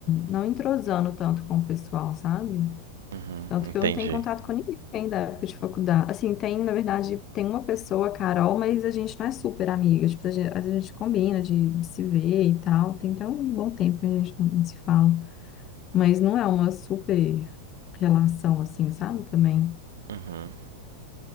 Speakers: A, on the left; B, on the right.
A: não entrosando tanto com o pessoal, sabe?
B: uhum,
A: Tanto
B: entendi.
A: que eu não tenho contato com ninguém da época de faculdade. Assim, tem, na verdade, tem uma pessoa, a Carol, mas a gente não é super amiga. Tipo, a gente, a gente combina de, de se ver e tal. Tem até um bom tempo que a gente não, não se fala. Mas não é uma super relação, assim, sabe? Também.
B: Uhum.